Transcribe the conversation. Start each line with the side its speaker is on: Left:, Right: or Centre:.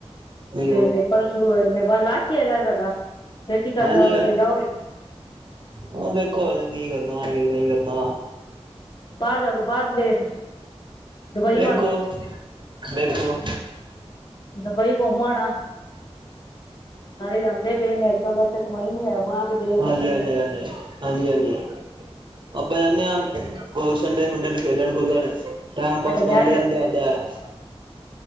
Right: ਉਹੀਓ
Left: ਫਿਰ ਪੇਪਰ ਸ਼ੁਰੂ ਹੋਏ ਬਸ ਲਾਸਟ। ਕੀ ਹੈਗਾ ਤੁਹਾਡਾ? ਫਿਰ ਕੀ ਕਰਨਾ
Right: ਹਾਂਜੀ ਹ
Left: ਤੇ ਜਾਓਗੇ
Right: ਹ ਵੇਖੋ ਕੀ ਕਰਨਾ ਕੀ ਨਹੀਂ ਕਰਨਾ?
Left: ਬਾਹਰ ਜਾਓਗੇ ਬਾਹਰਲੇ ਦੇਸ਼? ਦੁਬਈ
Right: ਦੇਖੋ
Left: ਵੱਲ
Right: -ਦੇਖੋ
Left: ਦੁਬਈ ਘੁੰਮ ਆ ਨਾ ਨਾਲੇ ਜਾਂਦੇ ਪਏ ਨੇ। ਤਾਂ ਕਰਕੇ ਕਮਾਈ ਨੀ ਆ ਬਾਹਰ। ਦੇ ਦੇਸ਼
Right: ਹਾਂਜੀ
Left: ਹੈਗੀ
Right: -ਹਾਂਜੀ
Left: ਨੇ
Right: -ਹਾਂਜੀ -ਹਾਂਜੀ, ਹਾਂਜੀ ਆਪਾਂ ਹੁਦੇ ਹੋਰ ਸੰਡੇ-ਸੁੰਡੇ ਨੂੰ ਖੇਲਣ- ਖੁਲਣ, ਟਾਈਮ ਪਾਸ
Left: ਅੱਛਾ
Right: ਕਰ
Left: ਲੈ
Right: ਲ ਜਾਂਦੇ
Left: ਚ
Right: ਆਦੇ।